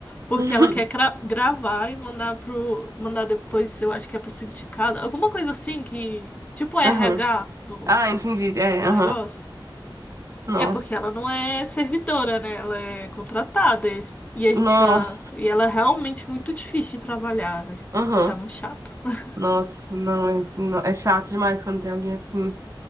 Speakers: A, on the left; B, on the right.
A: Porque
B: Uhum.
A: ela quer cra- gravar e mandar pro. Mandar depois, eu acho que é pro sindicato. Alguma coisa assim que. Tipo RH
B: Aham.
A: do,
B: Ah, entendi. É,
A: do
B: aham.
A: negócio.
B: Nossa.
A: É porque ela não é servidora, né? Ela é contratada. E e a
B: Nó.
A: gente tá. E ela é realmente muito difícil de trabalhar. A gente
B: Aham.
A: tá muito chato. <laughs>
B: Nossa, não é, não- é chato demais quando tem alguém assim.